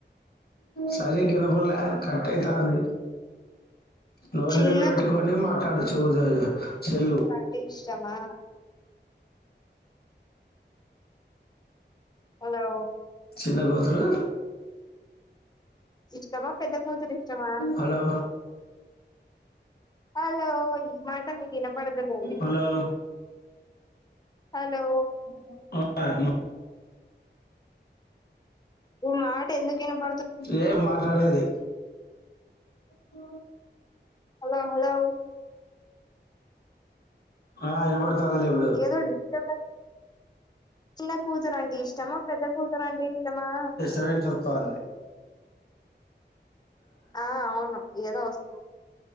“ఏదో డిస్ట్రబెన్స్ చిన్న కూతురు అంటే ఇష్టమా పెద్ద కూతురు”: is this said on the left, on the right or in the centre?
Left